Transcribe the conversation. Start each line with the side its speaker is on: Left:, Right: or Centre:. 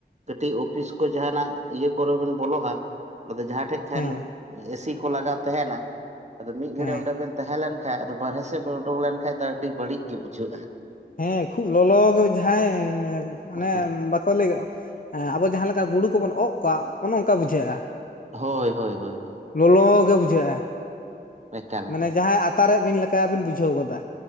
Right: ᱠᱟᱹᱴᱤᱡ ᱚᱯᱷᱤᱥ ᱠᱚ ᱡᱟᱦᱟᱱᱟᱜ ᱤᱭᱟᱹ ᱠᱚᱨᱮ ᱵᱮᱱ ᱵᱚᱞᱚᱜᱼᱟ ᱟᱫᱚ ᱡᱟᱦᱟᱸ ᱴᱷᱮᱡ ᱯᱷᱮᱱ
Left: ᱦᱮᱸ
Right: ᱮᱥᱤ ᱠᱚ ᱞᱟᱜᱟᱣ ᱛᱟᱦᱮᱸᱱᱟ ᱟᱫᱚ ᱢᱤᱫ ᱜᱷᱟᱹᱲᱤ
Left: ᱦᱮᱸ
Right: ᱚᱸᱰᱮ ᱵᱮᱱ ᱛᱟᱦᱮᱸ ᱞᱮᱱᱠᱷᱟᱱ ᱦᱮ ᱟᱫᱚ ᱵᱟᱨᱦᱮ ᱥᱮᱫ ᱵᱚ ᱩᱰᱩᱠ ᱞᱮᱱᱠᱷᱟᱱ ᱫᱚ ᱟᱹᱰᱤ ᱵᱟᱹᱲᱤᱡ ᱜᱮ ᱵᱩᱡᱷᱟᱹᱜᱼᱟ
Left: ᱦᱮᱸ ᱠᱷᱩᱵ ᱞᱚᱞᱚ ᱡᱟᱦᱟᱸᱭ ᱮᱸ ᱚᱱᱮ
Right: ᱦᱮᱸ
Left: ᱵᱟᱠᱚ ᱞᱟᱹᱭᱼᱟ ᱟᱵᱚ ᱡᱟᱦᱟᱸ ᱞᱮᱠᱟ ᱜᱩᱲᱩ ᱠᱚᱵᱚᱱ ᱚᱜ ᱠᱚᱣᱟ ᱚᱱᱮ ᱚᱱᱠᱟ ᱵᱩᱡᱷᱟᱹᱜᱼᱟ
Right: ᱦᱳᱭ ᱦᱳᱭ ᱦᱳᱭ
Left: ᱞᱚᱞᱚ ᱜᱮ ᱵᱩᱡᱷᱟᱹᱜᱼᱟ
Right: ᱮᱠᱟᱞ
Left: ᱢᱟᱱᱮ
Right: ᱮᱠᱟᱞ
Left: ᱡᱟᱦᱟᱸᱭ ᱟᱛᱟᱨᱮ ᱵᱤᱱ ᱞᱮᱠᱟᱵᱤᱱ ᱵᱩᱡᱷᱟᱹᱣ ᱜᱚᱫᱟ᱾